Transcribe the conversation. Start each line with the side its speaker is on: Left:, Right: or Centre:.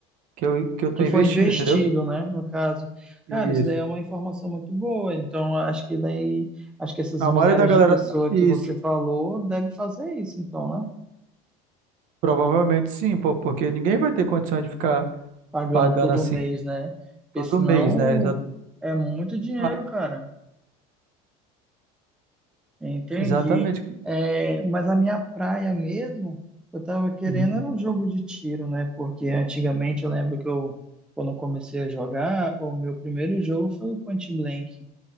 Right: que eu, que eu tô
Centre: que
Right: investindo,
Centre: foi investido,
Right: entendeu?
Centre: né, no caso. Cara,
Right: Isso.
Centre: isso daí é uma informação muito boa. Então, acho que daí, acho que essas
Right: A
Centre: milhares
Right: maioria da galera.
Centre: de pessoas
Right: Isso.
Centre: que você falou devem fazer isso, então, né?
Right: Provavelmente sim, pô, porque ninguém vai ter condição de ficar
Centre: Pagando
Right: pagando
Centre: todo
Right: assim
Centre: mês, né? Porque
Right: todo
Centre: senão
Right: mês, né? Exa-
Centre: é muito dinheiro,
Right: Ah,
Centre: cara. Entendi.
Right: Exatamente.
Centre: É, mas a minha praia mesmo, eu tava querendo
Right: Uhum.
Centre: era um jogo de tiro, né? Porque antigamente eu lembro que eu, quando eu comecei a jogar, o meu primeiro jogo foi o Point Blank.